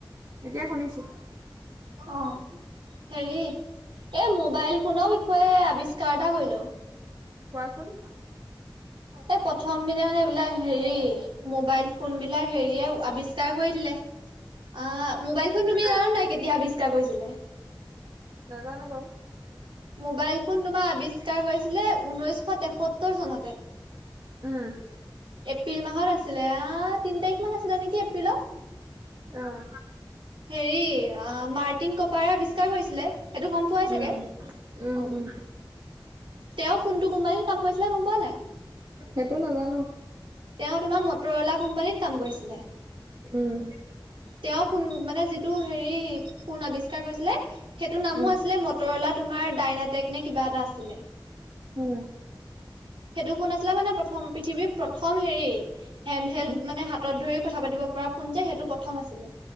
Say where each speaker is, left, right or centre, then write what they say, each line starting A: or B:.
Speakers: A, on the right (about 60°); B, on the right (about 80°).
A: এতিয়া শুনিছোঁ।
B: অহ, হেৰি এ মোবাইল ফোনৰ বিষয়ে আৱিষ্কাৰ এটা কৰিলোঁ।
A: কোৱাচোন?
B: এই প্ৰথম দিনা মানে এইবিলাক হেৰি, মোবাইল ফোনবিলাক হেৰিয়ে আৱিষ্কাৰ কৰি দিলে। অহ, মোবাইল ফোন তুমি
A: উম।
B: জানানে নাই কেতিয়া আৱিষ্কাৰ কৰিছিলে?
A: নাজানোঁ বৰু।
B: মোবাইল ফোন তোমাৰ আৱিষ্কাৰ কৰিছিলে, উঊনৈশ তেসত্তৰ চনতে।
A: উম।
B: এপ্ৰিল মাহত আছিলে, তিন তাৰিখ মান আছিলে নেকি এপ্ৰিলত
A: উম
B: হেৰি মাৰ্টিন কপাৰে আৱিষ্কাৰ কৰিছিলে। সেইটো গম পোৱাই চাগে।
A: উম
B: অ,
A: উম
B: তেওঁ কোনটো কোম্পানীত কাম কৰিছিলে গম পোৱা নাই।
A: সেইটো নাজানো
B: তেওঁ তোমাৰ মটৰৱালা কোম্পানীত কাম কৰিছিলে।
A: উম।
B: তেওঁ মানে যি হেৰি ফুণ আৱিষ্কাৰ কৰিছিলে সেইটো নামো
A: উম
B: আছিলে মটৰলা তোমাৰ ডাইনাটেক নে কি'বা। <unintelligible> আছিলে।
A: উম।
B: সেইটো ফোন আছিলে মানে প্ৰথম পৃথিৱীৰ প্ৰথম হেৰি হেণ্ড, হেলড
A: উম
B: মানে হাতত ধৰি কথা পাতিব পৰা ফোন যে সেইটো প্ৰথম আছিলে।